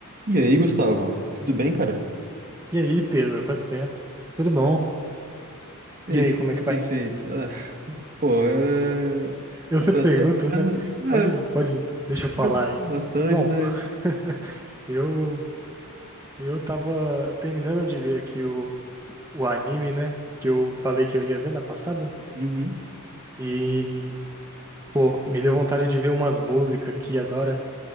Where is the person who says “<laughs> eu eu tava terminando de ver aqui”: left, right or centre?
Right